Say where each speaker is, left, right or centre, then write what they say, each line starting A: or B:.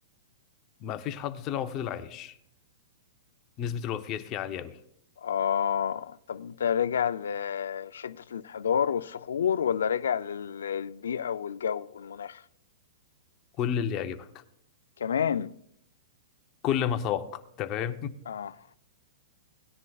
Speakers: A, on the left; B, on the left.
A: ما فيش حد طلع وفضل عايش نسبة الوفيات فيه عالية أوي
B: اه طب ده رجع لشدة الانحدار والصخور ولا رجع لل- للبيئة والجو والمناخ
A: كل اللي يعجبك
B: كمان
A: كل ما سبق أنت فاهم
B: اه